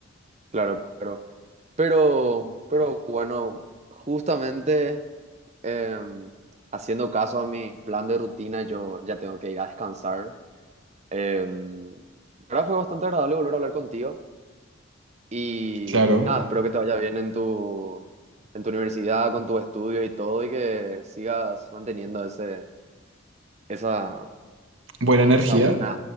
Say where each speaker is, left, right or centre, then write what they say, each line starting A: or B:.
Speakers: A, on the right; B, on the right.
A: Claro, claro. Pero, pero bueno, justamente eh, haciendo caso a mi plan de rutina, yo ya tengo que ir a descansar Eh, la verdad fue bastante agradable volver a hablar contigo y
B: Claro.
A: nada, espero que te vaya bien en tu, en tu universidad, con tus estudios y todo y que sigas manteniendo ese, esa,
B: Buena energía.
A: esa buena,